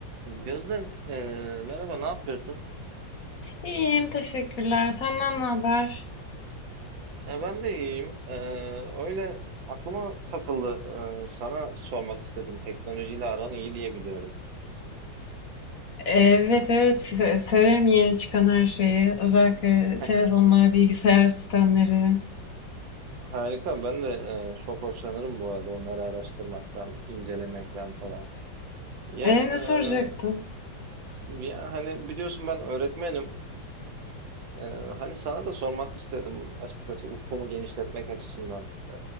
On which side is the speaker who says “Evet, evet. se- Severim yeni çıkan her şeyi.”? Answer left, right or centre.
Left